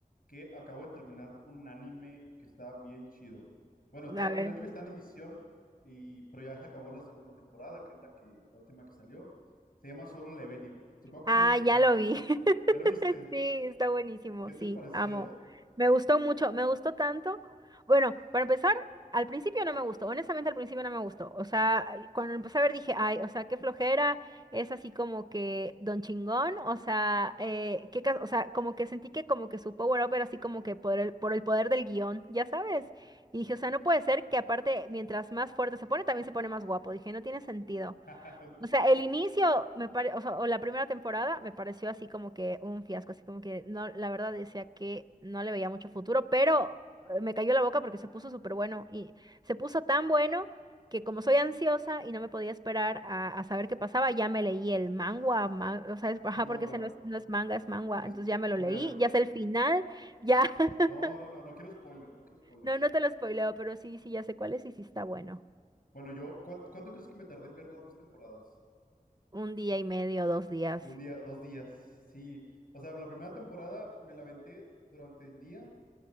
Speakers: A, on the left; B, on the right.
A: que acabo de terminar un anime que está bien chido. Bueno, está-
B: A
A: el
B: ver,
A: anime está en emisión, y, pero ya se acabó la segunda temporada, que es la que, la última que salió. Se llama Solo Leveling. Supongo que
B: Ah,
A: sí lo has escuchado.
B: ya lo vi. <laughs>
A: ¿Ya lo viste?
B: Sí, está buenísimo,
A: ¿Qué
B: sí,
A: te pareció?
B: amo. Me gustó mucho, me gustó tanto. Bueno, para empezar, al principio no me gustó, honestamente al principio no me gustó. O sea, al- cuando empecé a ver dije, ay, o sea, qué flojera, es así como que don chingón, o sea, eh, qué, ca- o sea, como que sentí que como que su power up era así como que por el, por el poder del guión, ya sabes. Y
A: Ujú.
B: dije, o sea, no puede ser que aparte, mientras más fuerte se pone, también se pone más guapo. Dije, no tiene sentido.
A: <laughs>
B: O sea, el inicio me pare, o sea, o la primera temporada me pareció así como que un fiasco, así como que no, la verdad decía que no le veía mucho futuro, pero eh, me cayó la boca porque se puso súper bueno y se puso tan bueno que como soy ansiosa y no me podía esperar a, a saber qué pasaba, ya me leí el manga, ma- o sea, es,
A: Sí,
B: ajá,
A: el manga.
B: porque ese no es, no es manga, es manga,
A: Y es,
B: entonces ya
A: es
B: me
A: coreano.
B: lo leí, ya sé el final, ya, <laughs>
A: No, no, no, no quiero spoilers, no quiero spoilers.
B: no, no te lo spoileo, pero sí, sí, ya sé cuál es y sí está bueno.
A: Bueno, yo, ¿cuán- ¿cuánto, crees que me tardé en ver las dos temporadas?
B: Un día y medio, dos días.
A: Un día, dos días, sí. O sea, la primera temporada me la aventé durante el día